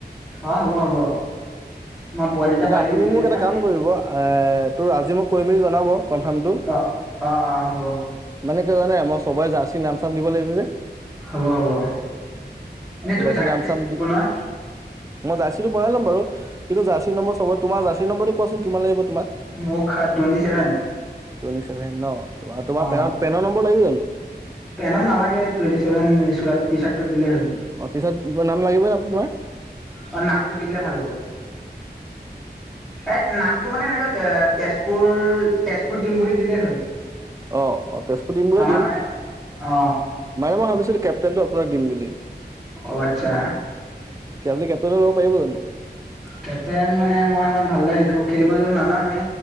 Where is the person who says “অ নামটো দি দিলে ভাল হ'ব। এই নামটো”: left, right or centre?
Centre